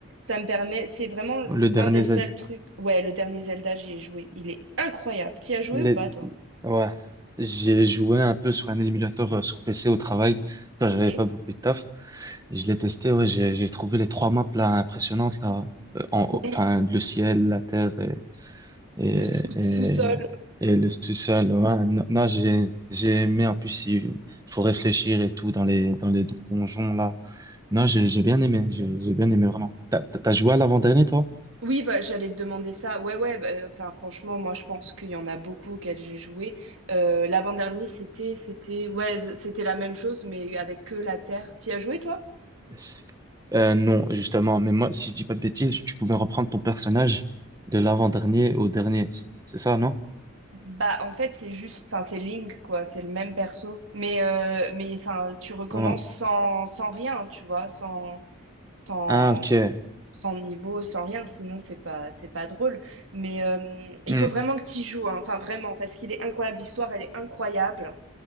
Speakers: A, on the right; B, on the right.
A: Ça me permet. C'est vraiment l'un
B: Le dernier,
A: des
B: Z-
A: seuls trucs. Ouais, le dernier Zelda, j'y ai joué. Il est incroyable. T'y as joué
B: les,
A: ou pas, toi?
B: Ouais, j'ai joué un peu sur un émulateur euh, sur PC au travail quand
A: Ok.
B: j'avais pas beaucoup de taf. Je l'ai testé, ouais, j'ai j'ai trouvé les trois maps là impressionnantes là, Euh, en- haut-
A: Ouais,
B: enfin le ciel, la terre et et
A: le sous-
B: et,
A: sous-sol.
B: et le sous-sol Ouais, non, non, j'ai j'ai aimé en plus il faut réfléchir et tout dans les dans les donjons là. Non, j'ai j'ai bien aimé, j'ai j'ai bien aimé vraiment. T'as t'as joué à l'avant-dernier toi?
A: Oui, bah, j'allais te demander ça. Ouais, ouais, bah, enfin, franchement, moi, je pense qu'il y en a beaucoup auxquels j'ai joué. Euh, l'avant-dernier, c'était, c'était, ouais, c'était la même chose, mais avec que la Terre. T'y as joué, toi?
B: S- euh, non, justement, mais moi, si je dis pas de bêtises, tu pouvais reprendre ton personnage de l'avant-dernier au dernier. C'est ça, non?
A: Bah, en fait, c'est juste, enfin, c'est Link, quoi, c'est le même perso. Mais, euh, mais, enfin, tu recommences
B: Ouais.
A: sans, sans rien, hein, tu vois, sans, sans,
B: Ah, ok.
A: sans niveau, sans rien, sinon, c'est pas, c'est pas drôle. Mais euh, il
B: Hmm.
A: faut vraiment que tu y joues, hein, enfin, vraiment, parce qu'il est incroyable, l'histoire, elle est incroyable.